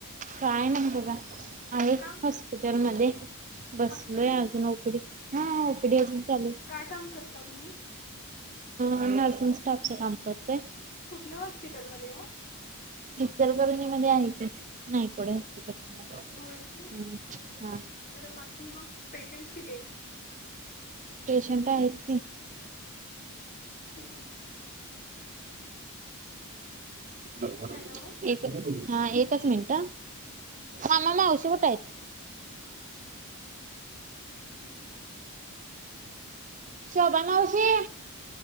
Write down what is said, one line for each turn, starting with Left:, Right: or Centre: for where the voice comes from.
Right: काय ना बघा आहे
Left: का
Right: हॉस्पिटल मध्ये बसलोय
Left: हॉस्पिटलमध्ये
Right: अजून ओपडीत हा ओपीडी अजून चालूय
Left: काय काम कर ता तुम्ही
Right: ह नर्सिंग स्टाफच काम करते
Left: कुठल्या हॉस्पिटलमध्ये हो
Right: इचलकरंजी मध्ये आहे ते नाईकवडे
Left: हो
Right: हॉस्पिटल म्हणून हाय
Left: होय काय
Right: हम्म हा
Left: बाकी मग पेशंट्स किती आहेत
Right: पेशंट आहेत की
Left: किती
Right: <unintelligible>
Left: हॅलो
Right: हा एकच मिनिट मामा मावशी कुटायत शोभा मावशी